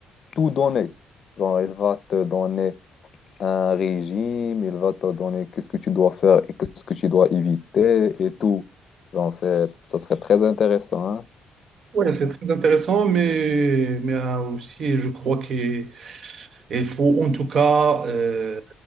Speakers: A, on the left; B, on the right.
A: tout donner. Genre, il va te donner un régime, il va te donner qu'est-ce que tu dois faire et qu'est-ce que tu dois éviter et tout. Genre, c'est, ça serait très intéressant, hein.
B: Ouais, c'est très intéressant, mais mais euh, aussi, je crois que Il faut en tout cas, euh,